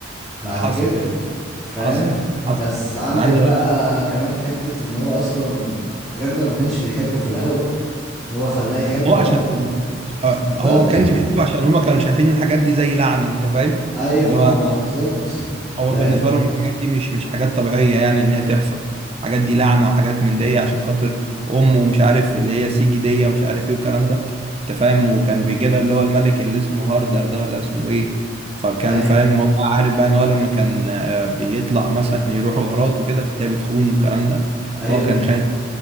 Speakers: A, in the centre; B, on the right.
A: بعد
B: حصل
A: كده فاهم
B: حصل حصل
A: بس عندك
B: انا عايز
A: بقى
B: اقول لك
A: كمان حتة ان هو اصلا راجنر ما كانش بيحبه في الاول هو خلاه يحبه
B: هو عشان
A: غصب
B: آه،
A: بالظبط
B: هو ما كانش بيحبه عشان هما كانوا شايفين الحاجات دي زي لعنه انت فاهم
A: ايوه
B: اللي
A: ماما
B: هو
A: بالظبط
B: هو
A: فاهم
B: بالنسبة لهم الحاجات دي مش مش حاجات طبيعية يعني إن هي تحصل الحاجات دي لعنة وحاجات من دي عشان خاطر أم ومش عارف اللي هي سيجي دي ومش عارف إيه والكلام ده أنت فاهم وكان بيجي لها اللي هو الملك اللي اسمه هاردر ده ولا اسمه إيه فكان
A: ايوه
B: فاهم هو عارف بقى إن هو لما كان آه، بيطلع مثلا يروح غارات وكده كانت هي بتخون والكلام ده
A: ايوه
B: فهو كان
A: بالظبط
B: خايف